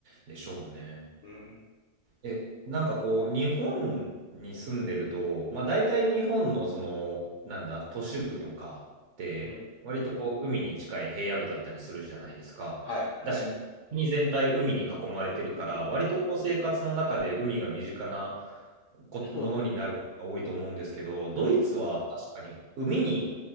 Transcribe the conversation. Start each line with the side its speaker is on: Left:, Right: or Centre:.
Right: でしょうね。
Left: うん。
Right: え、なんかこう、日本に住んでると、まあ大体日本のその、なんだ、都市部とかって、
Left: うん。
Right: 割とこう、海に近い平野部だったりするじゃないですか。
Left: はい、はい。
Right: だし、国全体海に囲まれてるから、
Left: うん。
Right: 割とこう、生活の中で海が身近なこものになることが多いと思うんですけど、
Left: そう。
Right: ドイツは確かに海に
Left: うん。